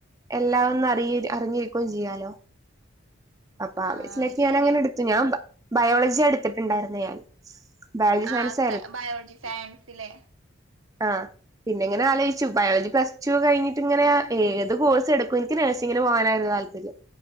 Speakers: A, on the right; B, on the right.
A: എല്ലാം ഒന്ന് അറി അറിഞ്ഞി ക്കും ചെയ്യാലോ അപ്പ ആ
B: ആഹ്
A: <unintelligible>
B: അത്
A: ഞന്
B: ശരിയാ
A: അങ്ങെന്നെ എടുത് ഞാ ബ ബയോളജി എടുത്തിട്ടുണ്ടായിരുന്ന ഞാൻ ബയോളജി
B: ആ
A: സയൻസ്
B: സ ബയോളജി സയൻസിലെ
A: ആ പിന്നെ ഇങ്ങനെ ആലോചിച്ചു ബയോളജി പ്ലസ് ടു കഴിഞ്ഞിട്ട് ഇങ്ങനെ ഏത് കോഴ്സ് എടുക്കും എനിക്ക് നേഴ്സിങ്ങിന് പോകാനായിരുന്ന് താല്പര്യം